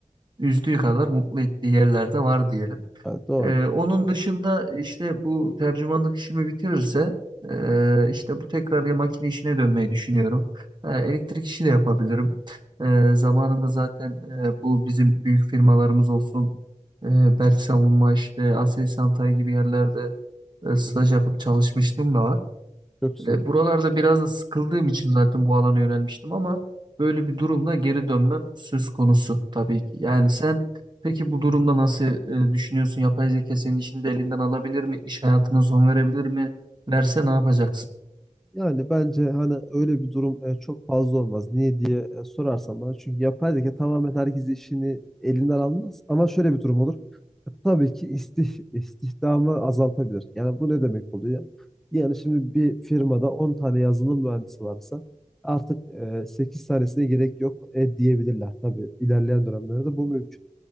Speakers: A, on the right; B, in the centre.
A: üzdüğü kadar mutlu ettiği yerlerde var diyelim.
B: Ha, doğru.
A: Ee, onun dışında işte bu tercümanlık işimi bitirirse e, işte bu tekrar ya makine işine dönmeyi düşünüyorum. Ee, elektrik işi de yapabilirim. Ee, zamanında zaten e, bu bizim büyük firmalarımız olsun e, Berk Savunma işte Aselsan Tay gibi yerlerde e, staj
B: Hı hı.
A: yapıp çalışmıştım da var.
B: Çok güzel.
A: E, buralarda biraz da sıkıldığım için zaten bu alana yönelmiştim ama böyle bir durumda geri dönmem söz konusu tabii ki. Yani sen peki bu durumda nasıl e, düşünüyorsun? Yapay zeka senin işini de elinden alabilir mi? İş hayatına son verebilir mi? Verse ne yapacaksın?
B: Yani bence hani öyle bir durum e, çok fazla olmaz. Niye diye e, sorarsan bana. Çünkü yapay zeka tamamen herkes işini elinden almaz. Ama şöyle bir durum olur. E, Tabii ki istih, istihdamı azaltabilir. Yani bu ne demek oluyor? Yani şimdi bir firmada 10 tane yazılım mühendisi varsa artık e, 8 tanesine gerek yok e, diyebilirler. Tabii ilerleyen dönemlerde bu mümkün.